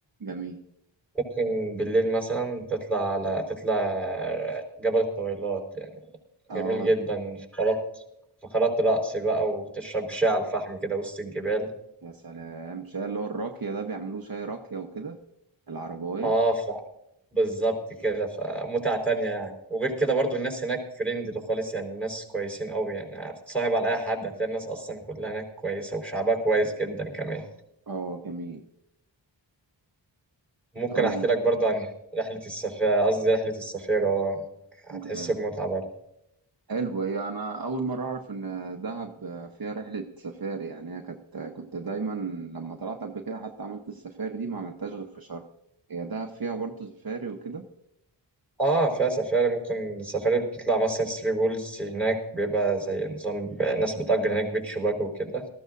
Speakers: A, on the right; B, in the centre.
A: جميل
B: ممكن بالليل مثلا تطلع على تطلع جبل الطويلات يعني.
A: اه
B: جميل جدا فقرات فقرات رقص بقى وتشرب شاي على الفحم كده وسط الجبال
A: يا سلام شاي اللي هو الراكية ده بيعملوه شاي راكية وكده العرباية
B: اه ف... بالظبط كده فمتعة تانية يعني وغير كده برضو الناس هناك فريندلي خالص يعني الناس كويسين قوي يعني هتتصاحب على أي حد هتلاقي الناس أصلا كلها هناك كويسة وشعبها كويس جدا كمان
A: اه جميل
B: ممكن
A: طيب
B: أحكي لك برضو عن رحلة السفارة قصدي رحلة السفارة آه، هتحس
A: جامد.
B: بمتعة برضو
A: حلو هي انا اول مرة اعرف ان دهب فيها رحلة سفاري يعني هي كانت كنت دايما لما طلعت قبل كده حتى عملت السفاري دي ما عملتهاش غير في شرم هي دهب فيها برضه سفاري وكده
B: اه فيها سفاري ممكن السفاري بتطلع مثلا ثري بولز هناك بيبقى زي نظام ب- ناس بتأجر هناك بيت شباك وكده